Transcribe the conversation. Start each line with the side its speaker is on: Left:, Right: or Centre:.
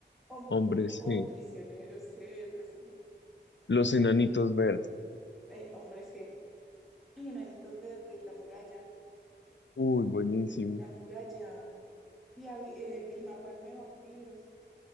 Centre: Hom-
Left: Hombres,
Centre: oh,
Left: sí.
Centre: prisioneros, sí, prisioneros.
Left: Los enanitos verdes.
Centre: Eh, hombres G. Y Enanitos Verdes, La Muralla,
Left: Uy, buenísimo.
Centre: La Muralla. Y a, Vi- eh, Vilma Palma y Vampiros.